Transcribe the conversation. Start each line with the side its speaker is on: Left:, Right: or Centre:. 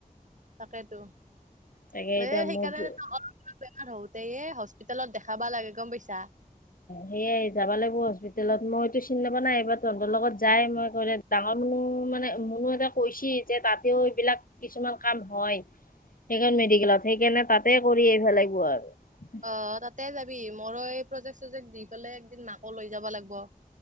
Right: তাকেইতো। এ
Left: তাকে এতিয়া
Right: সেইকাৰণে
Left: মোৰ
Right: বেমাৰ হৌতেএ হস্পিটেলত দেখাবা লাগে। গম পাইছা?
Left: সেয়াই যাবা লাগব' হস্পিতেলত। মইতো চিনি নাপাওঁ না। এইবাৰ তহঁতৰ লগত যাই, মই একেবাৰে ডাঙৰ মুনু মানে মুনু এটা কৈছি যে তাতেও এইবিলাক, কিছুমান কাম হয়। সেইখন মেডিকেলত। সেইকাৰণে তাতে কৰি আহিবা লাগিব' আৰু।
Right: অ'হ। তাতে যাবি। মৰো এই প্ৰজেক্ট- চজেক্ট দি পেলাই একদিন মাকো লৈ যাবা লাগব'।